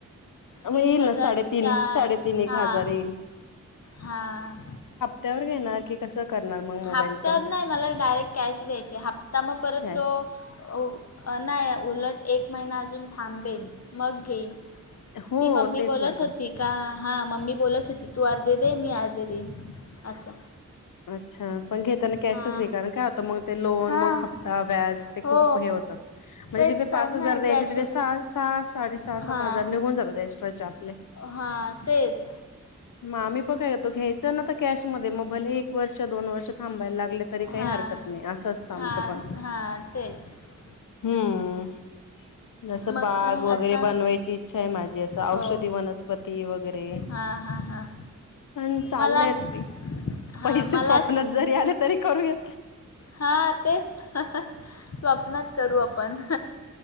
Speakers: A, on the left; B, on the left.
A: मग
B: तीन
A: येईल
B: हजार
A: ना साडेतीन
B: चार
A: साडेतीन एक
B: हां
A: हजार येईल
B: हां.
A: त्यावर घेणार की. कस करणार मग? मोबाईलच
B: हप्त्यावर नाही मला डायरेक्ट कॅश द्यायची. हप्ता मग परत
A: कॅश
B: तो अं नाही उलट एक महिना अजून थांबेल मग घेईल.
A: हो
B: ती मम्मी
A: तेच
B: बोलत
A: ना
B: होती.
A: ग
B: का हां मम्मी बोलत होती, तू अर्धे दे मी अर्धे देईन असं.
A: अच्छा पण घेताना कॅशच
B: हां
A: घे, कारण काय आता मग ते लोन
B: हां
A: मग हप्ता व्याज ते
B: हो
A: खूप हे होतं. म्हणजे
B: तेच
A: जिथं
B: तर
A: पाच
B: नाही
A: हजार द्यायचे
B: कॅशच
A: तिथे सहाच साडे सहा
B: हां
A: सात हजार निघून जातात एक्स्ट्राचे आपले.
B: हां तेच
A: मग आम्ही पण काय करतो, घ्यायचं ना तर कॅशमध्ये. मग भले एक वर्ष, दोन वर्ष थांबायला लागलं तरी काही
B: हां
A: हरकत नाही असं असतं आमच
B: हां
A: पण.
B: हां तेच
A: हम्म. जसं
B: मग
A: बाग
B: काय
A: वगैरे
B: आता
A: बनवायची इच्छा आहे माझी. असं
B: हो
A: औषधी वनस्पती वगैरे
B: हां हां हां
A: <unintelligible> आणि चाललेत
B: मला
A: बी.
B: <inaudible>
A: पैसे
B: मला
A: स्वप्नात जरी आले तरी करूया.
B: हा तेच स्वप्नात करू आपण.